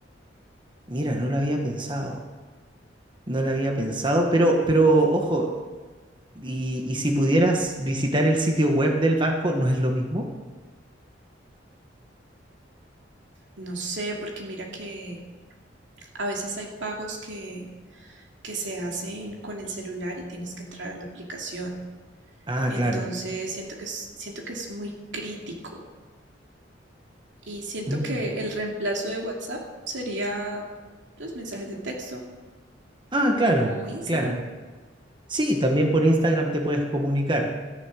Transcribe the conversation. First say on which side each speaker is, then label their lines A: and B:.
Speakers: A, on the right; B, on the right.
A: Mira, no lo había pensado. No lo había pensado, pero, pero ojo, Y, y si pudieras visitar el sitio web del banco, ¿no es lo mismo?
B: No sé, porque mira que a veces hay pagos que, que se hacen con el celular y tienes que entrar a la aplicación.
A: Ah,
B: Entonces
A: claro.
B: siento que es, siento que es muy crítico Y siento
A: Mm.
B: que el reemplazo de WhatsApp sería los mensajes de texto
A: Ah, claro,
B: o Instagram.
A: claro. Sí, también por Instagram te puedes comunicar.